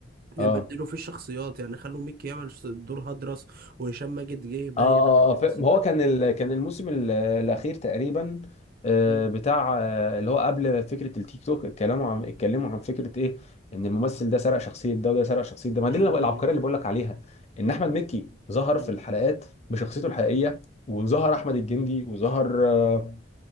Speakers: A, on the right; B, on the left.
A: بدلوا
B: اه
A: فيه الشخصيات يعني خلوا ميكي يعمل ش- دور هدرس وهشام ماجد جه باين
B: اه اه آه،
A: مثلا
B: ف- ما هو كان ال... كان الموسم ال- الاخير تقريبا آه،
A: مم.
B: بتاع آه، اللي هو قبل فكره التيك توك اتكلموا عن اتكلموا عن فكره ايه ان الممثل ده سرق شخصيه ده وده سرق شخصيه ده ما
A: مم.
B: دي اللي- العبقريه اللي بقول لك عليها ان احمد مكي ظهر
A: مم.
B: في الحلقات بشخصيته الحقيقيه وظهر احمد الجندي وظهر آه،